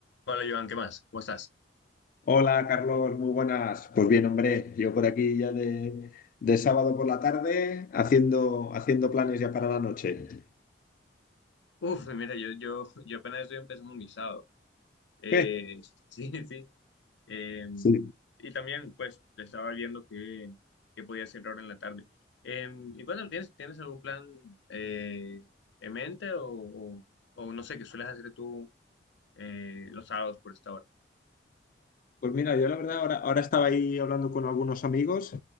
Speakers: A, on the left; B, on the left.
A: Hola, Joan, ¿qué más? ¿Cómo estás?
B: Hola Carlos, muy buenas. Pues bien, hombre, yo por aquí ya de, de sábado por la tarde haciendo, haciendo planes ya para la noche.
A: Uf, mira, yo, yo, yo apenas estoy empezando mi sábado. Eh,
B: ¿Qué?
A: <laughs> sí, sí. Eh,
B: Sí.
A: y también, pues, te estaba viendo qué, qué podía hacer ahora en la tarde. Eh, y cuéntame, ¿tienes, tienes algún plan eh, en mente o, o- o no sé qué sueles hacer tú eh, los sábados por esta hora?
B: Pues mira, yo la verdad ahora, ahora estaba ahí hablando con algunos amigos